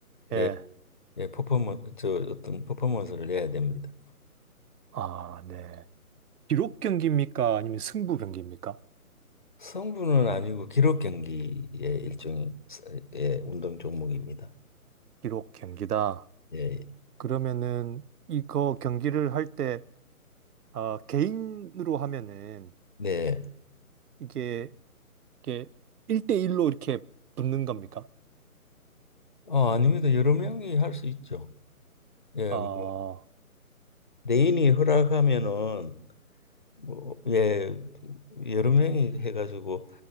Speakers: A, on the right; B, on the left.
A: 예.
B: 예, 예, 퍼포먼 저 어떤 퍼포먼스를 내야 됩니다.
A: 아, 네. 기록 경기입니까? 아니면 승부 경기입니까?
B: 성분은 아니고 기록 경기의 일종의 예, 운동 종목입니다.
A: 기록 경기다.
B: 예, 예.
A: 그러면은 이거 경기를 할 때, 아, 개인으로 하면은
B: 네.
A: 이게, 이게 1대1로 이렇게 붙는 겁니까?
B: 어, 아닙니다. 여러 명이 할 수 있죠. 예,
A: 아,
B: 뭐, 레인이 허락하면은 뭐, 예, 여러 명이 해가지고